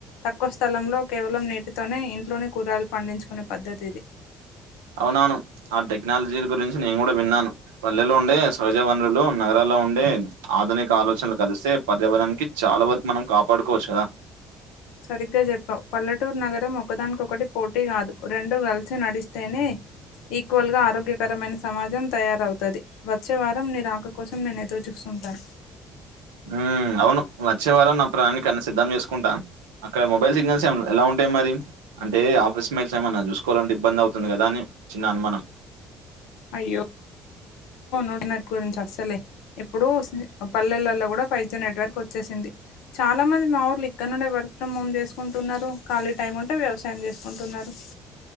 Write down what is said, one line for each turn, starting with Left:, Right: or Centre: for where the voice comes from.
Left: తక్కువ స్థలం కేవలం నీటితోనే ఇంట్లోనే కూరగాయలు పండించుకునే పద్ధతి ఇది
Right: అవునవును ఆ టెక్నాలజీ లా గురించి నేను కూడా విన్నాను పల్లెలో ఉండే సహజ వనరులు నగరాలు లో ఉండే ఆధునిక ఆలోచనలు కలిస్తే పర్యావరణానికి చాలా వరకు మనం కాపాడుకోవచ్చు కదా
Left: సరిగ్గా చెప్పావు పల్లెటూరు నగరం ఒకదానికొకటి పోటీ కాదు రెండు కలిసి నడిస్తేనే ఈక్వల్ గా ఆరోగ్యకరమైన సమాజం తయారవుతది వచ్చే వారం నీ రాక కోసం నేను ఎదురు చూ బై
Right: ఉ అవును వచ్చే వారం నా ప్రయానికి అన్ని సిద్ధం చేసుకుంటా అక్కడ మొబైల్ సిగ్నల్స్ ఎలా ఉంటాయి మరి అంటే ఆఫీస్ మెయిల్స్ ఏమైన్నా చూసుకోవాలంటే ఇబ్బంది అవుతుంది కదా చిన్న అనుమానం
Left: అయ్యో ఇంటర్నెట్ గురించి అస్సలే ఇప్పుడు పల్లెలలో కూడా ఫైవ్ జి నెట్ వర్క్ వచ్చేసింది చాలా మంది మా ఊర్లు ఇక్కడ నుండే వర్క్ ఫ్రమ్ హోమ్ చేసుకుంటున్నారు ఖాళీ టైం ఉంటే వ్యవసాయం చేసుకుంటున్నారు